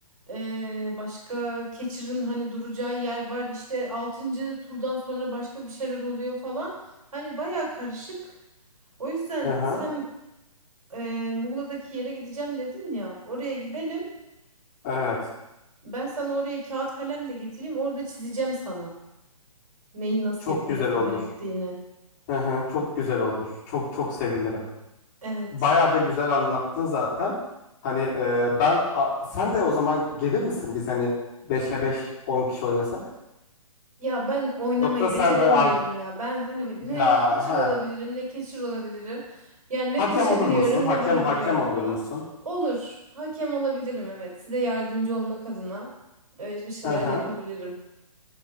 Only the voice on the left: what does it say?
Hı hı.
Evet.
Çok
güzel olur.
Hı hı. Çok güzel olur. Çok çok sevinirim.
Bayağı da güzel anlattın zaten. Hani e, ben a- sen de o zaman gelir misin biz hani 5'e beş 10 kişi oynasak?
Yoksa sen
böyle an-
ya
ha.
Hakem
olur musun? Hakem
hakem olur
musun?
Hı hı.